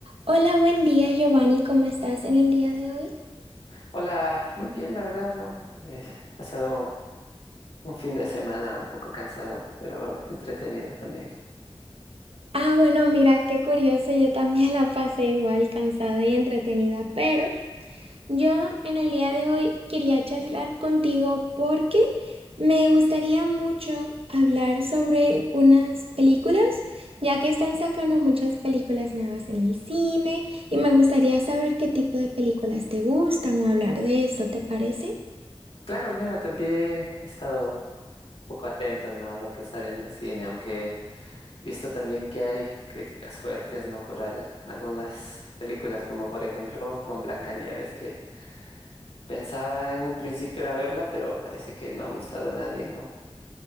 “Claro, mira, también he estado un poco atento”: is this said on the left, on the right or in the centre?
Left